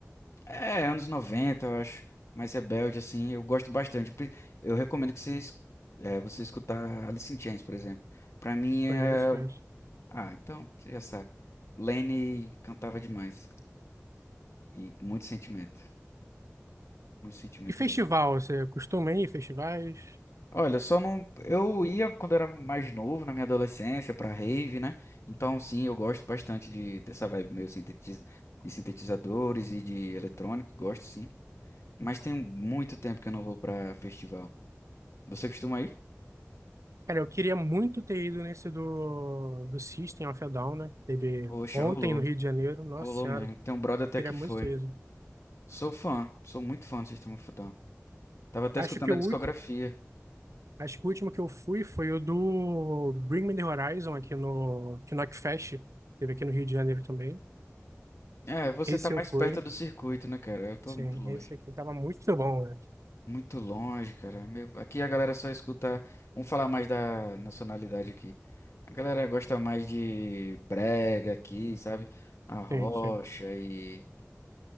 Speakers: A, on the left (about 60°); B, on the right (about 70°).
A: É, anos 90, eu acho, mais rebelde, assim, eu gosto bastante. Pri- Eu recomendo que você, es- é, você escutar Alice in Chains, por exemplo. Pra mim é...
B: Conheço, conheço.
A: Ah, então, você já sabe. Lane cantava demais, cara. E muito sentimento, muito sentimento
B: E festival,
A: mesmo.
B: você costuma ir em festivais?
A: Olha, só não... Eu ia quando era mais novo, na minha adolescência, pra rave, né? Então, sim, eu gosto bastante de, dessa vibe meio sintetiz... de sintetizadores e de eletrônico, gosto, sim. Mas tem muito tempo que eu não vou pra festival. Você costuma ir?
B: Cara, eu queria muito ter ido nesse do, do System of a Down, né? Teve
A: Poxa,
B: ontem
A: rolou.
B: no Rio de Janeiro. Nossa
A: Rolou
B: Senhora,
A: mesmo. Tem um brother até
B: queria
A: que
B: muito
A: foi.
B: ter ido.
A: Sou fã. Sou muito fã do Sistema fudão. Tava até
B: Acho
A: escutando
B: que o
A: a discografia.
B: último, acho que o último que eu fui foi o do Bring Me the Horizon aqui no, aqui no Okfest. Teve aqui no Rio de Janeiro também.
A: É, você
B: Esse
A: tá mais
B: eu fui.
A: perto do circuito, né, cara? Eu tô
B: Sim,
A: muito longe.
B: esse aqui tava muito bom, né?
A: Muito longe, cara. Meu, aqui a galera só escuta. Vamos falar mais da nacionalidade aqui. A galera gosta mais de brega aqui, sabe? A rocha
B: Sim, sim.
A: e